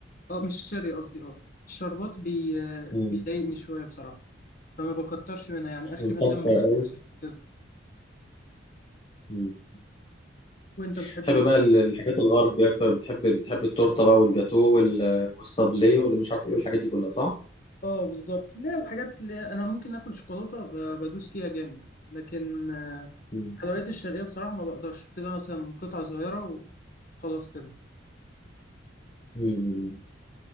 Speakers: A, on the left; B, on the left.
A: اه مش شرقي قصدي اه الشربات بي آه،
B: مم.
A: بيضايقني شويه بصراحه فما بكترش منها يعني اخري
B: مسكر
A: مثلا بسبوسه
B: قوي
A: كده
B: مم.
A: وانت بتحب
B: بتحب
A: ايه
B: بقى ال- الحاجات الغربية أكتر بتحب بتحب التورتة بقى والجاتو وال- والصابلي واللي مش عارف إيه والحاجات دي كلها صح؟
A: اه بالظبط لا الحاجات اللي انا ممكن اكل شوكولاته ب- بدوس فيها جامد لكن آه،
B: مم.
A: الحلويات الشرقيه بصراحه ما بقدرش بتبقى مثلا قطعه صغيره وخلاص كده
B: مم.